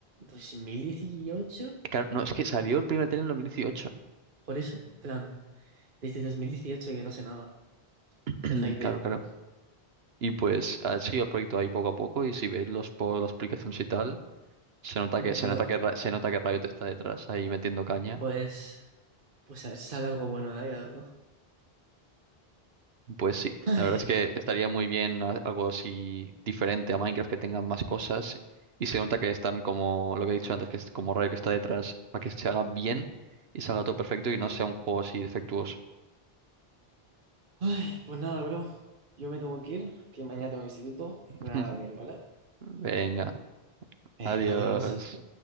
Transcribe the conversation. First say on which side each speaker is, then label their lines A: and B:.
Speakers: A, on the right; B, on the right.
A: pues en 2018,
B: Claro, no, es que salió el primer tren en 2018.
A: por eso, plan, desde 2018 que no sé nada
B: <clears throat>
A: de Hytale.
B: Claro, claro. Y pues ha seguido el proyecto ahí poco a poco y si ves los por las aplicaciones y tal, se nota
A: Mm,
B: que se
A: Hola.
B: nota que Ra- se nota que Riot está detrás ahí metiendo caña
A: Pues, pues a ver si sale algo bueno de ahí, la verdad.
B: Pues sí,
A: Ay,
B: la verdad es que estaría muy bien a- algo así diferente a Minecraft que tengan más cosas y se nota que están como lo que he dicho antes, que es como Rayo que está detrás para que se haga bien y salga todo perfecto y no sea un juego así defectuoso.
A: Ay, pues nada, bro. Yo me tengo que ir, que mañana tengo instituto y
B: <laughs>
A: me voy a dormir, ¿vale?
B: Venga,
A: Venga,
B: adiós.
A: adiós.